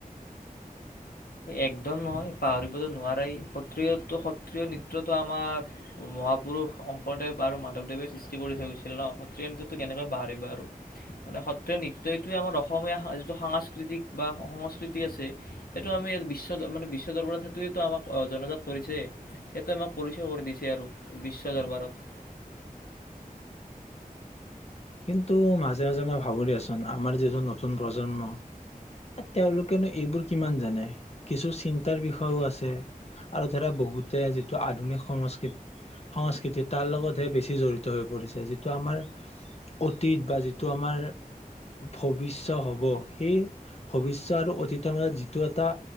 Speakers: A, on the left (about 85°); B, on the left (about 45°).
A: একদম নহয় পাহৰিবতো নোৱাৰায়ে সত্ৰীয়াতো সত্ৰীয়া নৃত্যতো আমাৰ মহাপুৰুষ শংকৰদেৱ আৰু মাধৱদেৱে সৃষ্টি কৰি থৈ গৈছিল ন, সত্ৰীয়া নৃত্যটো কেনেকৈ পাহৰিবা আৰু? মানে সত্ৰীয়া নৃত্যটোৱে আমাৰ অসমীয়া যিটো সাংস্কৃতিক বা সংস্কৃতি আছে সেইটো আমি বিশ্ব দৰ মানে বিশ্ব দৰবাৰত সেইটোৱেটো আমাক জনজাত কৰিছে। সেইটোৱেটো আমাক পৰিচয় কৰি দিছে আৰু বিশ্ব দৰবাৰত।
B: কিন্তু মাজে মাজে মই ভাবো দেচোন আমাৰ যিটো নতুন প্ৰজন্ম তেওঁলোকেনো এইবোৰ কিমান জানে কিছু চিন্তাৰ বিষয়ও আছে আৰু ধৰা বহুতে যিটো আধুনিক সংস্কৃত সংস্কৃতি তাৰ লগতহে বেছি জড়িত হৈ পৰিছে যিটো আমাৰ অতীত বা যিটো আমাৰ ভবিষ্য হব সেই ভবিষ্য আৰু অতীতৰ যিটো এটা